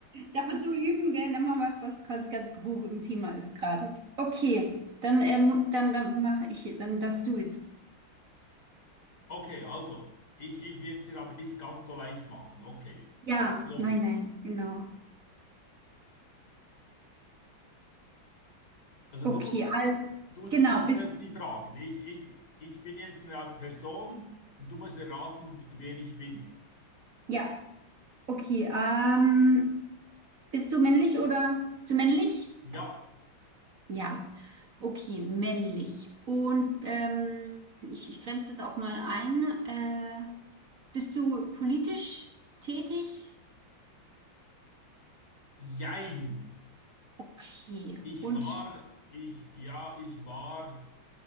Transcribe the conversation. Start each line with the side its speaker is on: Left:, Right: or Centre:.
Right: Dafür zum Üben, gell? Nimm mal was, was quasi ganz hoch im Thema ist gerade. Okay, dann, äh, dann, dann mache ich, dann darfst du jetzt.
Left: Okay, also, ich, ich werde es dir aber nicht ganz so leicht machen. Okay,
Right: Ja,
Left: schieß los.
Right: nein, nein, genau.
Left: Also
Right: Okay,
Left: du musst,
Right: also,
Left: du,
Right: genau,
Left: du stellst
Right: bist,
Left: die Fragen. Ich, ich, ich bin jetzt eine Person und du musst erraten, wer ich bin.
Right: ja, okay, ähm, bist du männlich oder bist du männlich?
Left: Ja,
Right: Ja, okay, männlich. Und ähm, ich, ich grenze das auch mal ein. Äh, bist du politisch tätig?
Left: jein.
Right: Okay.
Left: Ich
Right: Und
Left: war, ich, ja, ich war,